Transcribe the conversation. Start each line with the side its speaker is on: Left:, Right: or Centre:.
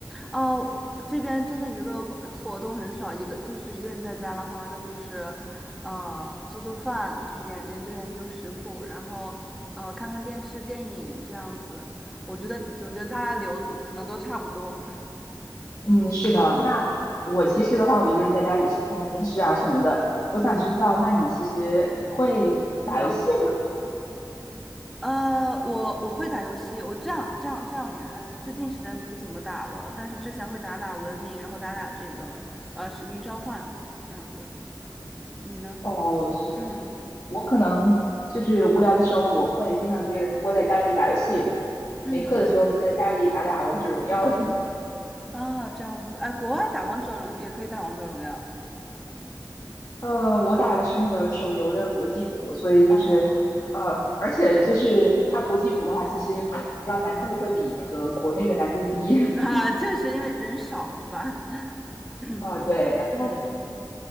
Centre: 哦，这边真的娱乐活活动很少，一个就是一个人在家的话，那就是，呃，做做饭，就是研研究研究食谱，然后呃看看电视、电影这样子。我觉得，我觉得大家留子可能都差不多。<laughs>
Left: 嗯，是的。那我其实的话，我一个人在家也是看看电视啊什么的。我想知道，那你其实你会打游戏吗？
Centre: 嗯，呃，我我会打游戏，我这样这样这两年，嗯、最近时间不怎么打了，但是之前会打打文明，然后打打这个呃使命召唤这样子。嗯你呢？
Left: 哦，是的。
Centre: 嗯
Left: 我可能就是无聊的时候，我会经常一个人窝在家里打游戏，
Centre: 嗯。
Left: 没课的时候就在家里打打王者荣耀什么的。对
Centre: 啊，这样子，哎，国外打王者荣也可以打王者荣耀
Left: 呃，我打的是那个手游的国际服，所以就是，
Centre: 啊
Left: 呃，而且就是它国际服的话，其实比较难度会比那个国内的难度低。<laughs>
Centre: 啊，确实因为人少是吧？<coughs> <clears throat> 嗯
Left: 啊，对，然后
Centre: 嗯